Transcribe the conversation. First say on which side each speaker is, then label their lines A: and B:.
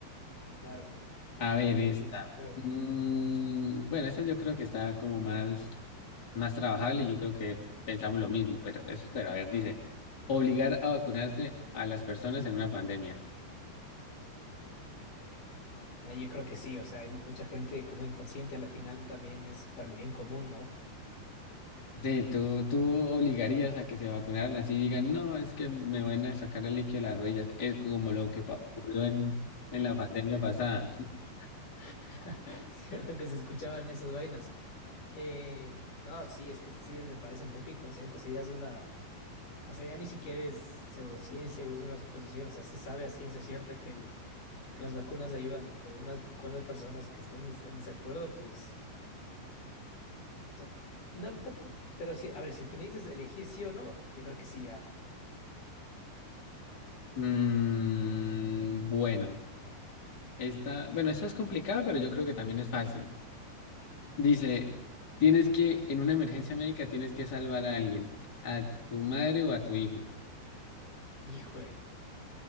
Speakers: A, on the left (about 50°); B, on the left (about 25°).
A: claro,
B: A ver
A: sí,
B: esta.
A: sí, es feo.
B: Mm, bueno, esta yo creo que está como más más trabajable y yo creo que pensamos lo mismo, pero eso espera, a ver, dice, obligar a vacunarse a las personas en una pandemia.
A: Eh, Yo creo que sí, o sea, hay mucha gente como inconsciente, a la final también es para el bien común, ¿no?
B: Sí, tú, tú obligarías a que se vacunaran así digan, no, es que me van a sacar el líquido de las rodillas. Es como lo que pa- ocurrió en, en la pandemia pasada. <laughs>
A: <laughs> Cierto que se escuchaban esas vainas. Eh, no, sí, es que sí, me parece un poco inconsciente, o sea, ya es una... O sea, ya ni siquiera es pseudociencia o es una suposición. O sea, se sabe a ciencia cierta que, el- que las vacunas ayudan y por unas cuantas personas que están des- en desacuerdo, pues. O sea, no, tampoco. Pero sí, a ver, si es que me dices elegir sí o no, yo creo que sí ya.
B: Mm, bueno, esta, bueno, esta es complicada, pero yo creo que también es fácil. Dice, tienes que, en una emergencia médica, tienes que salvar a alguien, a tu madre o a tu hijo.
A: Hijo,